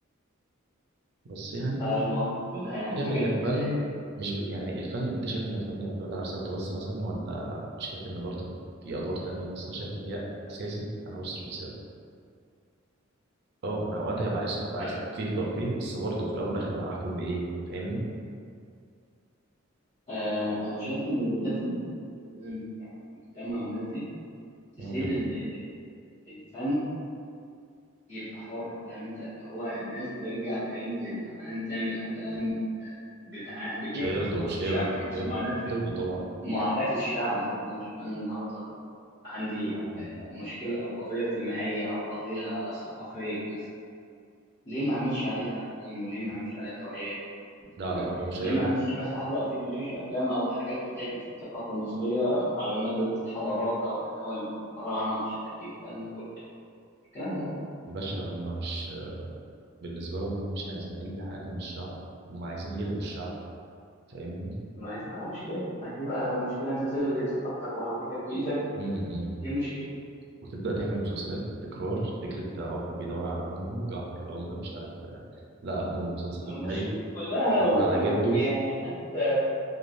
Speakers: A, on the right; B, on the left.
A: بس يعني
B: فالمواضيع دي كلها يعني
A: شايف
B: حاجات
A: إن الفن
B: آه،
A: مش ب... يعني الفن أنت شايف إن الفن يعتمد على رسالته بس مثلا ولا شايف إن برضه في أدوار تانية بس أنا شايف إن هي أساسي أنا هبص الرسالة أه أنا وقتها هبقى عايز أبقى
B: آه،
A: عايز فيه ترفيه بس برضه في الأول والآخر أنا هحكم بإيه فاهمني؟
B: آه، انا شايف ان لازم لازم يعني المجتمع والناس دي تسيب
A: مم.
B: ال... ال... ال- الفن يبقى حر فاهم انت اللي هو الناس ترجع تاني زي زمان تعمل افلام بتع... بتعكس
A: مش هيرضوا
B: ثقافة
A: مش
B: الشعب
A: هيرضوا
B: بتعكس
A: مش هيرضوا
B: معاناة
A: مش هيرضوا طبعا
B: معاناة الشعب ذات نفسه انا النهارده عندي
A: يعني
B: آه، مشكلة او قضية اجتماعية او قضية ثقافية مثلا ليه ما اعملش عليها افلام وليه ما اعملش عليها توعيات
A: لا
B: فاهم
A: لا هم مش
B: ليه
A: هيرضوا
B: ما اعملش مثلا لحد دلوقتي ما فيش افلام او حاجات بتعكس الثقافة المصرية على مدى الحضارات او اللي هو الفراعنة ومش عارف ايه والكلام ده كله الكلام ده
A: باشا هم مش بالنسبة لهم هم مش عايزين أي حاجة من الشعب هم عايزين يلغوا الشعب فاهمني؟
B: ما هي دي بقى مشكلة ما هي دي بقى المشكلة انت تلغي ثقافتك وهويتك بإيدك
A: امم
B: دي مشكلة
A: وتبدأ تعمل مسلسلات تكرار فكرة أب بيدور على ابنه جعفر العمدة مش عارف لا ابنه المسلسل الجاي
B: مشكلة كلها و-
A: دور
B: و-
A: على جده
B: ويعني حتى